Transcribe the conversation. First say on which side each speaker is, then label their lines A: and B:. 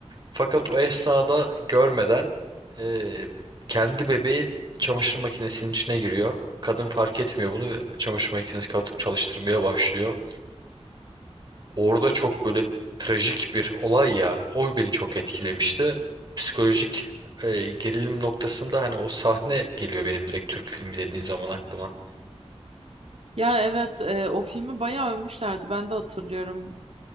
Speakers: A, on the right; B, on the right.
A: Fakat o esnada görmeden eee, kendi bebeği çamaşır makinesinin içine giriyor. Kadın fark etmiyor bunu ve çamaşır makinesini kapatıp çalıştırmaya başlıyor. Orada çok böyle trajik bir olay ya. O beni çok etkilemişti. Psikolojik e, gerilim noktasında hani o sahne geliyor benim direkt Türk filmi dediğin zaman aklıma.
B: Ya evet e, o filmi bayağı övmüşlerdi ben de hatırlıyorum.